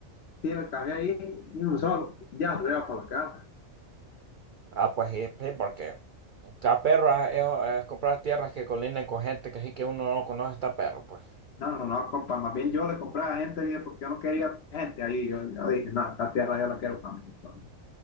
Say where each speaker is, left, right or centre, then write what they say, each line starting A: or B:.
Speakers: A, on the left; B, on the right.
A: tiene el café ahí y un solo, ya se lleva para la casa.
B: Ah, pues sí, sí, porque... Está perro ah, es, es comprar tierras que colindan con gente que sí que uno no conoce, está perro, pues.
A: No, no, no, compa, más bien yo le compré a gente ahí porque yo no quería gente ahí. Yo, yo dije, no, esta tierra yo la quiero para mí. Entonces,